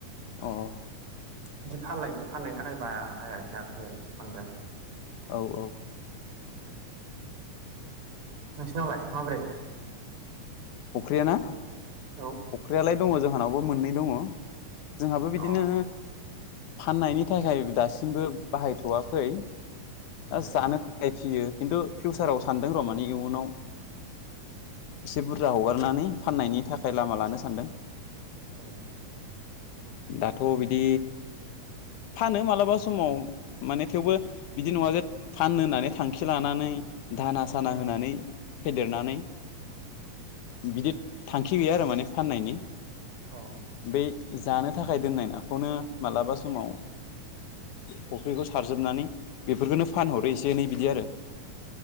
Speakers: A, on the left; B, on the right.
A: अह
B: बिदि फाननाय फाननायनि थाखाय बाहायासै आफोर बांद्राय।
A: औ औ
B: नोंसिनावलाय माबोरै?
A: फख्रि या ना?
B: औ
A: फख्रिलाय दंङ जाहानावबो मोननै दंङ। जोंहाबो
B: अ
A: बिदिनो फाननायनि थाखाय दासिमबो बाहायथवाखै।
B: उम
A: ओ जानो थाखाय फियो। खिन्थु फिउसाराव सानदों र' मानि इयुनाव एसे बुर जा हगारनानै फाननायनि थाखाय लामा लानो सानदों।
B: औ
A: दाथ' बिदि फानो मालाबा समाव माने थेवबो बिदि नंङा जे फाननो होननानै थांखि लानानै धाना साना
B: उम
A: होनानै फेदेरनानै बिदि थांखि गैया आरो माने फाननायनि
B: अह
A: बै जानो थाखाय दोननाय नाखौनो मालाबा समाव फुख्रिखौ सारजोबनानै बेफोरखोननो फानहरो एसे एनै बिदि आरो। <inaudible>